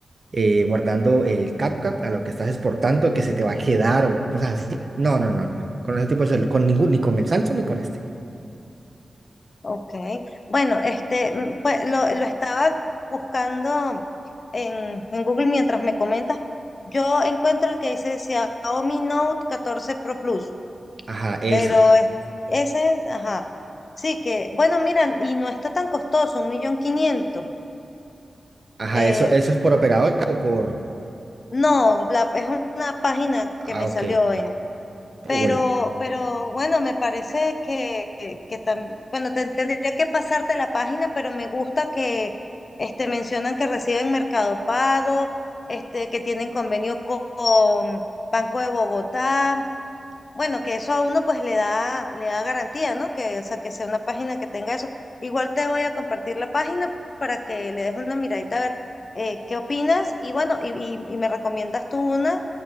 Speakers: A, on the right; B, on the left.
A: eh, guardando el CapCut a lo que estás exportando, que se te va a quedar o cosas así. No, no, no, no. Con ese tipo de cel- con ningún, ni con el Samsung ni con este.
B: Ok. Bueno, este, mm, pues lo, lo estaba buscando en, en Google mientras me comentas. Yo encuentro el que dice Xiaomi Note catorce Pro Plus,
A: Ajá, ese.
B: pero es- ese es, ajá. Sí que, bueno, mira, y no está tan costoso, un millón quinientos.
A: Ajá,
B: Eh,
A: eso, eso es por operador o por...
B: no, la, es una página
A: Ah,
B: que me
A: ok.
B: salió en,
A: Google.
B: Pero, pero bueno, me parece que, que que tam- bueno, te- tendría que pasarte la página, pero me gusta que este, mencionan que reciben Mercado Pago, este, que tienen convenio co- con Banco de Bogotá. Bueno, que eso a uno pues le da, le da garantía, ¿no? Que, o sea, que sea una página que tenga eso. Igual te voy a compartir la página para que le des una miradita a ver eh, qué opinas. Y bueno, y, y y me recomiendas tú una